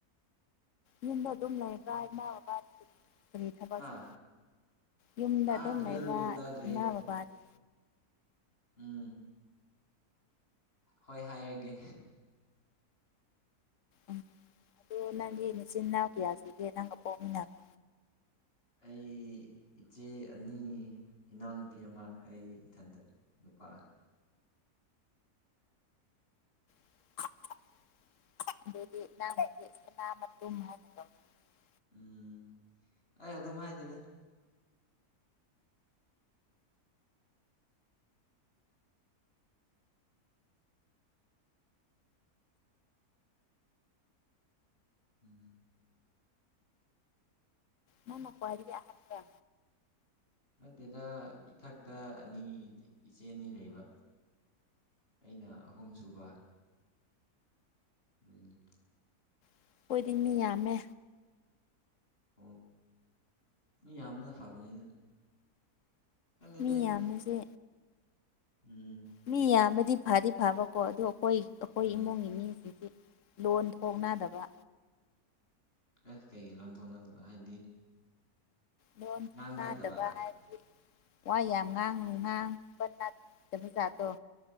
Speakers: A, on the left; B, on the left.
A: ꯌꯨꯝꯗ ꯑꯗꯨꯝ ꯂꯩꯕ꯭ꯔꯥ ꯏꯃꯥ ꯕꯕꯥ ꯀꯔꯤ ꯊꯕꯛꯁꯨ
B: ꯍꯥ
A: ꯌꯨꯝꯗ
B: ꯇꯥꯗ꯭ꯔꯦ
A: ꯑꯗꯨꯝ ꯂꯩꯕ
B: ꯇꯥꯗ꯭ꯔꯦ
A: ꯏꯃꯥ ꯕꯕꯥꯗꯤ
B: ꯎꯝ ꯍꯣꯏ ꯍꯥꯏꯌꯒꯦ
A: ꯎꯝ ꯑꯗꯨꯗ ꯅꯪꯒꯤ ꯃꯆꯤꯟ ꯏꯅꯥꯎ ꯀꯌꯥꯁꯤꯒ ꯅꯪꯒ ꯄꯣꯛꯃꯤꯟꯅꯕ
B: ꯑꯩ ꯏꯆꯦ ꯑꯅꯤ ꯏꯅꯥꯎꯅꯨꯄꯤ ꯑꯃ ꯑꯩ ꯏꯊꯟꯇ ꯄꯥ
A: ꯗꯤꯦ
B: ꯎꯝ ꯑꯩ ꯑꯗꯨꯝ ꯍꯥꯏꯗꯤꯦꯗ ꯎꯝ
A: ꯃ ꯃ ꯄꯣꯏꯔꯤ ꯍꯥꯞꯇ
B: ꯗꯗ ꯏꯊꯛꯇ ꯑꯅꯤ ꯏꯆꯦ ꯑꯅꯤ ꯂꯩꯕ ꯑꯩꯅ ꯑꯍꯨꯝ ꯁꯨꯕ ꯑꯗꯨꯅꯤ
A: ꯑꯣꯏꯈꯣꯏꯗꯤ ꯃꯤ ꯌꯥꯝꯃꯦ
B: ꯑꯣ ꯃꯤ ꯌꯥꯝꯕꯅ ꯐꯕꯅꯦꯗ ꯀꯗꯗ
A: ꯃꯤ
B: ꯍꯥꯏꯣ
A: ꯌꯥꯝꯕꯁꯦ
B: ꯎꯝ
A: ꯃꯤ ꯌꯥꯝꯕꯗꯤ ꯐꯗꯤ ꯐꯥꯕꯀꯣ ꯑꯗꯨ ꯑꯩꯈꯣꯏ ꯑꯩꯈꯣꯏ
B: ꯎꯝ
A: ꯏꯃꯨꯡꯒꯤ ꯃꯤ ꯑꯗꯒꯤ ꯂꯣꯟ ꯊꯣꯡꯅꯗꯕ
B: ꯑꯦꯁ ꯀꯩꯒꯤ ꯂꯣꯟꯊꯣꯛꯅꯗꯕ ꯍꯥꯏꯗꯤ
A: ꯂꯣꯟ
B: ꯉꯥꯡꯕ
A: ꯆ
B: ꯍꯩꯇꯕ
A: ꯗꯕꯥ ꯍꯥꯏ ꯍꯥꯏ ꯋꯥ ꯌꯥꯝ ꯉꯥꯡ ꯉꯥꯡꯕ ꯠꯇꯕꯖꯥꯗꯣ